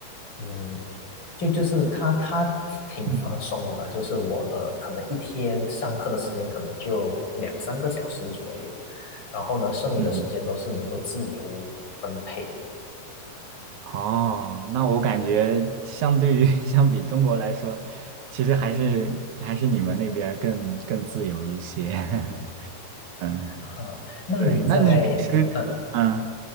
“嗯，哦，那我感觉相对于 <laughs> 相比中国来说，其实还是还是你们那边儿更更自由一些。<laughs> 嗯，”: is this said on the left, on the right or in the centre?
Right